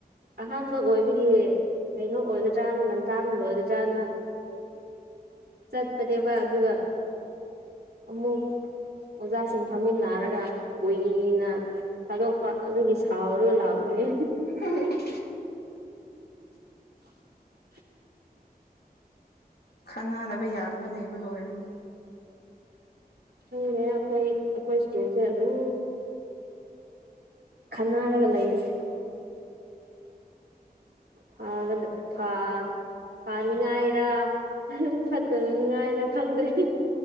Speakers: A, on the right; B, on the left.
A: ꯑꯍꯥꯟꯕ ꯑꯣꯏꯕꯒꯤ ꯀꯩꯅꯣ ꯑꯣꯏꯒꯗ꯭ꯔꯥꯅ ꯉꯒꯟꯇꯥ ꯂꯣꯏꯒꯗ꯭ꯔꯥꯅ ꯆꯠꯄꯅꯦꯕ ꯑꯗꯨꯒ ꯑꯃꯨꯛ ꯑꯣꯖꯥꯁꯤꯡ ꯐꯝꯃꯤꯟꯟꯅꯅꯥꯔꯒ ꯀꯏꯅ ꯊꯥꯗꯣꯛꯄ ꯑꯗꯨꯒꯤ ꯁꯥꯎꯔꯒ ꯂꯥꯛꯄꯅꯦ
B: ꯎꯝ
A: <inaudible>
B: ꯈꯅꯗꯕ ꯌꯥꯗꯕ ꯂꯩꯕꯒꯤ ꯑꯣꯏꯔꯝꯃꯤ
A: ꯈꯪꯔꯦ ꯑꯩꯈꯣꯏ ꯑꯩꯈꯣꯏ ꯏꯁꯇꯦꯖꯁꯦ ꯑꯗꯨꯝ ꯈꯟꯅꯔꯒ ꯂꯩꯔꯦ ꯐꯦ ꯐ ꯐꯥꯅꯤꯡꯉꯥꯏꯔ ꯐꯠꯇꯅꯤꯉꯥꯏꯔ ꯈꯪꯗ꯭ꯔꯦ